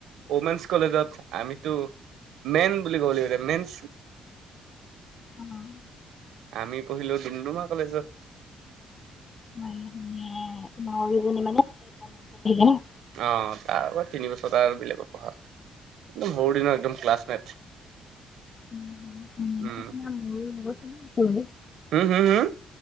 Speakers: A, on the right (about 80°); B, on the left (about 30°).
A: উমেনছ কলেজত, আমিতো মেন বুলি ক'ব লাগিব মেন
B: উম।
A: আমি পঢ়িলোঁ ডুমডুমা কলেজত।
B: <unintelligible> আহিলে ন'
A: অহ, তাৰপৰা তিন বছৰ আৰু বেলেগত পঢ়া। একদম সৰু দিনৰ একদম ক্লছমেট।
B: <unintelligible>
A: উম
B: উম, হ'ব।
A: উম', হম', হম'।